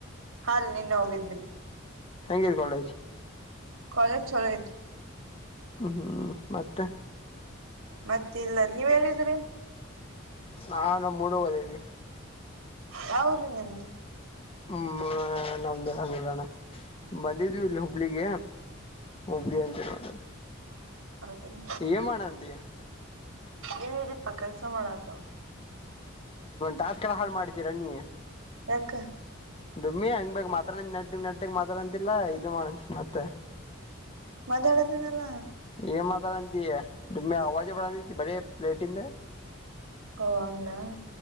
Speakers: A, on the right; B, on the left.
A: ಹಾರಿ ನಿನ್ನೆ ಹೋಗಿದ್ವಿ ರಿ.
B: ಹೆಂಗಿದೆ ಕಾಲೇಜ್?
A: ಕಾಲೇಜ ಚಲೋ ಐತ್ರಿ.
B: ಹ್ಮ್ ಹ್ಮ್ ಮತ್ತ
A: ಮತ್ತ ಇಲ್ಲ ನೀವ್ ಎಲ್ಲಿದ್ರಿ?
B: ನಾ ನಮ್ಮ ಹುಡುಗ ಅದೇವಿ.
A: ಯಾ ಉರ್ರಿ ನಿಮ್ದ?
B: ಹ್ಮ್ ನಮ್ಮ ನಮ್ಮದ <unintelligible> ಬಂದಿದ್ವಿ ಇಲ್ಲಿ ಹುಬ್ಳಿಗ ಹುಬ್ಬಳಿ ಹಂತೇಲಿ
A: ಹೌದ್ರಿ
B: ಏನ್ ಮಾಡತಿ?
A: ಏನಿಲ್ರಪ್ಪಾ ಕೆಲ್ಸಾ ಮಾಡಾತೆವ್.
B: ಟಾಸ್ಕ್ ಎಲ್ಲಾ ಹಾಳ್ ಮಾಡಿದ್ದೀರ ನೀ.
A: ಯಾಕ್?
B: ಡಮ್ಮಿ ಹಂಗ ಬೇಕ್ ಮಾತಾಡ್ ಅಂತ್ ನೆಟ್ಟಗ್ ನೆಟ್ಟಗ್ ಮಾತಾಡ ಅಂತಿನ್ಲಾ ಇದು ಮಾಡ್ತೀ ಮತ್ತೆ
A: ಮಾತಾಡತೇನಲ್ಲಾ.
B: ಏನ್ ಮಾತಾಡಂತಿ ಡುಮ್ಮಿ ಅವಾಜೆ ಬರಾತೇತ್ ಬರೇ ಪ್ಲೇಟಿಂದ.
A: ಓ ಹಂಗಾ